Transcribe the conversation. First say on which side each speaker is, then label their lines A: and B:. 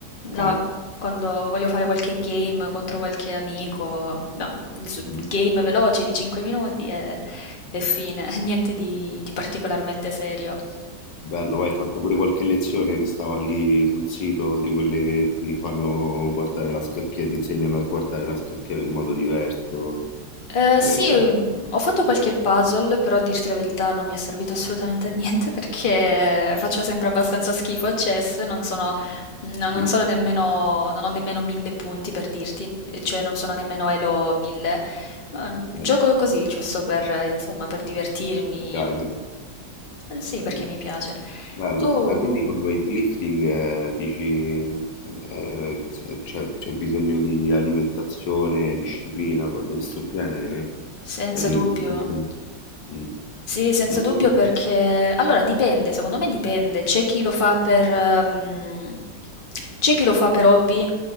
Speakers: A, on the left; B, on the left.
A: Là,
B: eh,
A: quando voglio fare qualche game contro qualche amico, no, s-
B: mhm.
A: game veloce di 5 minuti e, e fine, <laughs> niente di, di particolarmente serio.
B: Bello, vai, hai fatto pure qualche lezione che stava lì sul sito di quelle che ti fanno guardare la scacchiera, ti insegnano a guardare la scacchiera in modo diverso,
A: Ehm, sì,
B: magari era...
A: mhmm, ho fatto qualche puzzle, però a dirti la verità non mi è servito assolutamente a niente <laughs> perché faccio sempre abbastanza schifo a chess, non sono no non
B: <laughs>
A: sono nemmeno non ho nemmeno 1000 punti per dirti, e cioè non sono nemmeno elo 1000. Uhm,
B: Ok,
A: gioco così giusto per eh, insomma, per divertirmi.
B: mi piace.
A: Ehm, sì, perché
B: Mh.
A: mi piace.
B: Bello,
A: Tu
B: ma quindi col weightlifting, ehm, dici, mhmm, ehm, s eh, c'è c'è bisogno di alimentazione, disciplina, cose di 'sto genere pe
A: Senza
B: la devi
A: dubbio.
B: sempre mh.
A: Sì, senza
B: Dicevi?
A: dubbio perché allora dipende, secondo me dipende. C'è chi lo fa per ehm, c'è chi lo fa per hobby